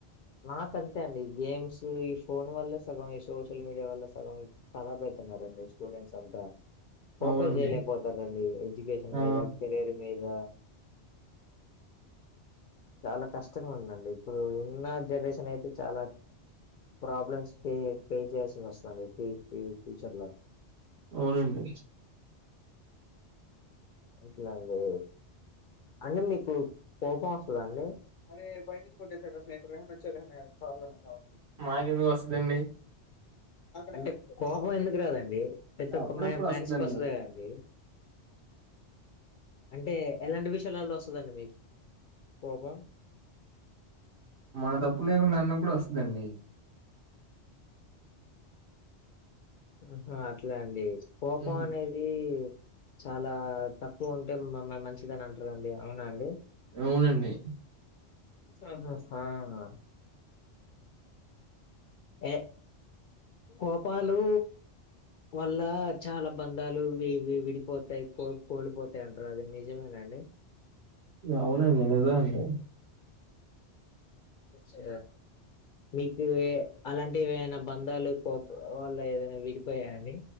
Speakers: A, on the left; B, on the right.
A: నాకు అంతే అండి గేమ్స్ ఈ ఫోన్ వల్లే సగం ఈ సోషల్ మీడియా వల్ల సగం ఖరాబ్ అయితున్నారండి స్టూడెంట్స్ అంతా ఫోకస్
B: అవునండి
A: చేయలేకపోతారండి ఎడ్యుకేషన్
B: ఆ
A: మీద కెరీర్ మీద చాలా కష్టంగా ఉందండి ఇప్పుడు ఉన్న జనరేషన్ అయితే చాలా ప్రాబ్లమ్స్ పె ఫేస్ చేయాల్సి వస్తుంది అండి ఫ్యూచర్ లో
B: అవునండి
A: ఇట్లాండి అంటే మీకు కోపం వస్తదా అండి అ పైనింగ్ కొట్టేశాడ్ రా <inaudible>
B: మాకెందుకు వస్తుందండి
A: అంటే కోపం ఎందుకు రాదండి ప్రతి ఒక్క
B: అప్పుడప్పుడు
A: మ
B: వస్తదండి
A: మనిషికి వస్తుంది కదండి అంటే ఎలాంటి విషయాలలో వస్తుందండి మీకు కోపం
B: మన తప్పు లేకుండా అన్నప్పుడు వస్తుందండి
A: అహ అట్లా అండి కోపం
B: ఉమ్,
A: అనేది చాలా తక్కువ ఉంటే మంచిదని అంత రండి అవునా అండి
B: అవునండి
A: ఆ ఏ కోపాలు వల్ల చాలా బంధాలు వె విడిపోతాయి కొ కోలిపోతాయి అంటారు అది నిజమేనండి
B: అవునండి నిజం అండి
A: ఛ మీకు అలాంటి ఏవైన బంధాలు కో వల్ల ఏదైన విడిపోయా అండి